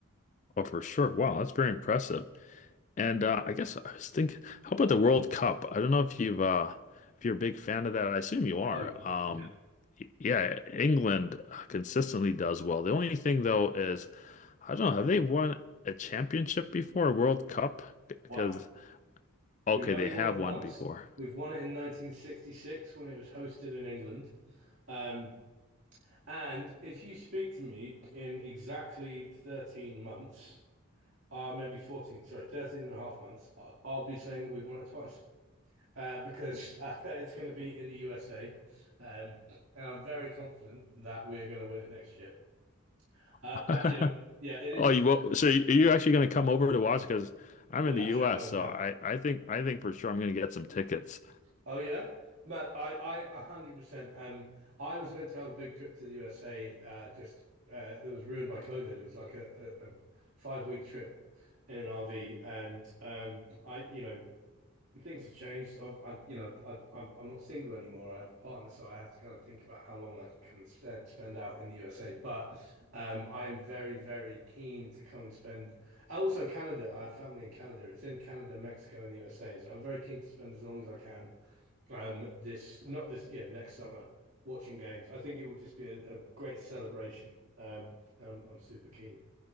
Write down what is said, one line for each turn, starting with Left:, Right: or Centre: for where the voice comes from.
Left: Oh, for sure. Wow, that's very impressive. And uh, I guess I was thinking, how about the World Cup? I don't know if you've uh, if you're a big fan of that. I assume you are.
Right: Oh,
Left: Um,
Right: yeah.
Left: y- yeah, England consistently does well. The only thing though is I don't know, have they won a championship before a World Cup? Because
Right: One.
Left: okay,
Right: We've only
Left: they
Right: won
Left: have
Right: once.
Left: won before.
Right: We've won it in 1966 when it was hosted in England. Um, and if you speak to me in exactly 13 months, uh, maybe 14, sorry, 13 and a half months, I'll, I'll be saying that we've won it twice. Uh, because uh, <laughs> it's going to be in the USA, um, and I'm very confident that we are going to win it next year. Uh,
Left: <laughs>
Right: but you know, yeah, it, it's
Left: Oh, you
Right: it's-
Left: wo- so you- you're actually going to come over to watch? Because I'm
Right: without
Left: in the U.S.,
Right: a shadow of
Left: so
Right: a doubt.
Left: I I think I think for sure I'm going to get some tickets.
Right: Oh yeah, Matt, I, I a hundred percent. Um, I was meant to have a big trip to the USA. Uh, just uh, that was ruined by COVID. It was like a, a, a five week trip in an RV, and um, I, you know, things have changed. I've, I, you know, I, I'm, I'm not single anymore. I have a partner, so I have to kind of think about how long I can come and spend, spend out in the USA. But um, I am very, very keen to come and spend. Also, Canada. I have family in Canada. It's in Canada, Mexico, and the USA. So I'm very keen to spend as long as I can. Um, this not this, yeah, next summer watching games. I think it will just be a, a great celebration. Um, and I'm, I'm super keen.